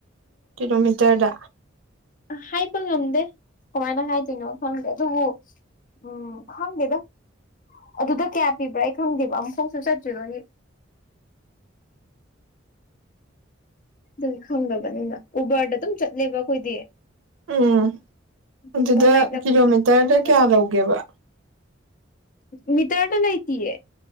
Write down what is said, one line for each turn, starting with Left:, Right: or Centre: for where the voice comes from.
Right: ꯀꯤꯂꯣꯃꯤꯇꯔꯗ
Left: ꯍꯥꯏꯕ ꯉꯝꯗꯦ ꯀꯃꯥꯏꯅ ꯍꯥꯏꯗꯣꯏꯅꯣ ꯈꯪꯗꯦ ꯑꯗꯨꯕꯨ ꯎꯝ ꯈꯪꯗꯦꯗ ꯑꯗꯨꯗ ꯀꯌꯥ ꯄꯤꯕ꯭ꯔꯥ ꯑꯩ ꯈꯪꯗꯦꯕ ꯑꯃꯨꯛꯐꯥꯎꯁꯨ ꯆꯠꯇ꯭ꯔꯤꯕꯥꯅꯤꯅ ꯑꯗꯨꯝ ꯈꯪꯗꯕꯅꯤꯅ ꯎꯕꯔꯗ ꯑꯗꯨꯝ ꯆꯠꯂꯦꯕ ꯑꯩꯈꯣꯏꯗꯤ
Right: ꯎꯝ
Left: ꯑꯗꯨꯝ
Right: ꯑꯗꯨꯗ
Left: ꯑꯣꯟꯂꯥꯏꯟꯗ
Right: ꯀꯤꯂꯣꯃꯤꯇꯔꯗ
Left: ꯕꯨꯀꯤꯡ ꯇꯧꯔꯒ
Right: ꯀꯌꯥ ꯂꯧꯒꯦꯕ
Left: ꯃꯤ ꯇ꯭ꯔꯇ ꯂꯇꯌꯦ